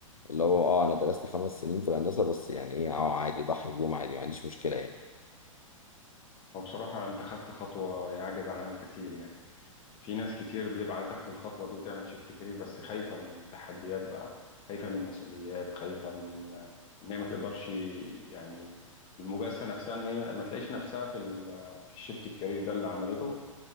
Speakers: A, on the left (about 80°); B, on the left (about 30°).
A: اللي هو اه انا درست خمس سنين في الهندسه بس يعني ايه اه عادي ضحي بيهم عادي ما عنديش مشكله يعني
B: هو بصراحه انت خدت خطوه يعجز عنها الكثير يعني في ناس كتير بتبقى عايزة تاخد الخطوة دي وتعمل شيفت كارير بس خايفة من التحديات بقى خايفة من المسؤوليات خايفة من آه، إن هي ما تقدرش يعني المجازفة نفسها إن هي ما تلاقيش نفسها في ال في الشيفت الكارير ده اللي عملته